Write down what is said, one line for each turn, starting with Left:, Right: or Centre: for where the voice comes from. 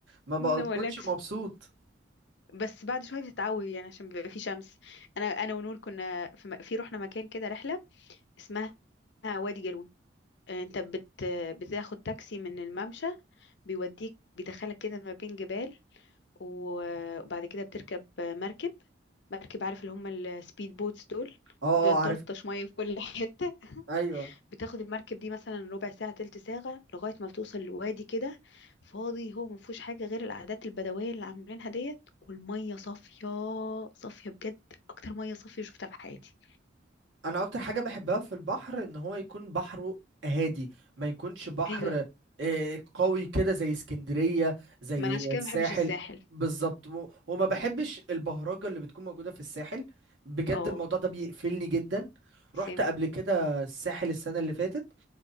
Right: ما
Left: ما
Right: بكونش
Left: اقولكش
Right: مبسوط
Left: بس بعد شوية بتتعود يعني عشان بيبقى في شمس أنا أنا ونور كنا في, م... في رحنا مكان كده رحلة اسمها وادي جالون آه، أنت بت... بتاخد تاكسي من الممشى بيوديك بيدخلك كده ما بين جبال و- وبعد كده بتركب مركب مركب عارف اللي هم السبيد بوتس دول
Right: اه اه
Left: اللي بتطرطش
Right: عارف
Left: مية في كل <laughs> حتة
Right: ايوه
Left: بتاخد المركب دي مثلا ربع ساعة تلت ساعة لغاية ما بتوصل لوادي كده فاضي هو ما فيهوش حاجة غير العادات البدوية اللي عاملينها ديت والمية صافية صافية بجد أكتر مية صافية شفتها في حياتي
Right: انا اكتر حاجه بحبها في البحر ان هو يكون بحره هادي ما يكونش بحر
Left: ايوه
Right: آه، قوي كده زي اسكندريه زي
Left: ما انا عشان كده
Right: الساحل
Left: ما بحبش الساحل
Right: بالظبط و- وما بحبش البهرجه اللي بتكون موجوده في الساحل بجد
Left: اه
Right: الموضوع ده بيقفلني جدا رحت
Left: سيم
Right: قبل كده الساحل السنه اللي فاتت